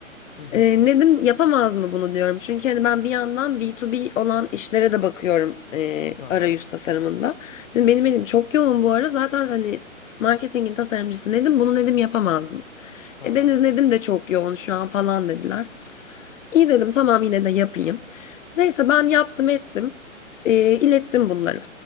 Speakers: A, on the left (about 35°); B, on the left (about 70°).
A: Hı hı.
B: E, Nedim yapamaz mı bunu diyorum. Çünkü hani ben bir yandan B2B olan işlere de bakıyorum e,
A: Ha
B: arayüz
A: ha.
B: tasarımında. Dedim, benim elim çok yoğun bu ara. Zaten hani marketingin tasarımcısı Nedim bunu Nedim yapamaz mı?
A: Ha
B: E, Deniz
A: ha.
B: Nedim de çok yoğun şu an falan dediler. İyi dedim tamam yine de yapayım. Neyse ben yaptım ettim. Ee, ilettim bunları.